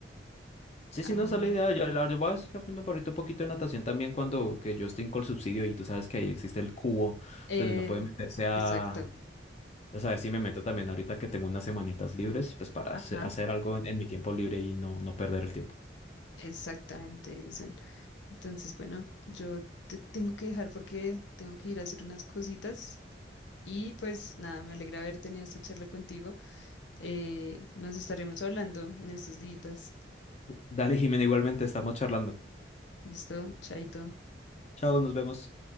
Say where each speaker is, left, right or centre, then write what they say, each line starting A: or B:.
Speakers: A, on the left; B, on the left.
A: Sí,
B: Ah,
A: sí, no,
B: bueno.
A: esa es la idea, yo, la, yo voy a decir que aprendo por ahorita un poquito de natación también cuando que yo estoy con el subsidio y tú sabes que ahí existe el cubo
B: Eh,
A: donde uno puede meterse a...
B: exacto.
A: Pues a ver si me meto también ahorita que tengo unas semanitas libres, pues para
B: Ajá,
A: hace- hacer algo en, en mi tiempo libre y no, no perder el tiempo.
B: exactamente, dicen. Entonces, bueno, yo te tengo que dejar porque tengo que ir a hacer unas cositas. Y pues nada, me alegra haber tenido esta charla contigo. Eh, nos estaremos hablando en estos días.
A: Dale, Jimena, igualmente estamos charlando.
B: Listo, chaito.
A: Chao, nos vemos.